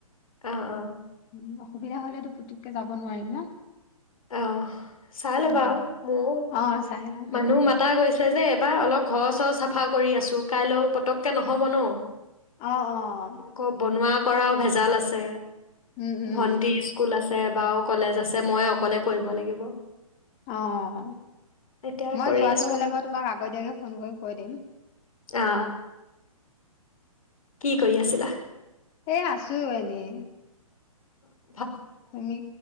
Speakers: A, on the left (about 70°); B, on the left (about 30°).
A: অ', অ'।
B: উ অসুবিধা হলেতো পুতুককে যাব নোৱাৰিম ন
A: আহ, চাই ল'বা
B: উম।
A: আৰু মোৰ,
B: অ', চাই লওঁ
A: মানুহ
B: উম, উম,
A: মাতা গৈছে যে <unintelligible> অলপ ঘৰ চৰ চাফা কৰি আছোঁ, কাইলৈও পতককৈ নহ'ব ন।
B: অ অ
A: আকৌ বনোৱা কৰাও ভেজাল আছে।
B: উম, উম,
A: ভণ্টিৰ
B: উম,
A: স্কুল আছে। আছে বাও কলেজ আছে মই অকলে কৰিব লাগিব।
B: অ',
A: এতিয়া
B: মই
A: কৰি
B: যোৱাটো
A: আছো
B: হ'লে
A: আৰু
B: বাৰু তোমাক আগতীয়াকে ফোন কৰি কৈ দিম।
A: অ কি কৰি আছিলা?
B: এ আছো এনেই।
A: অম।
B: তুমি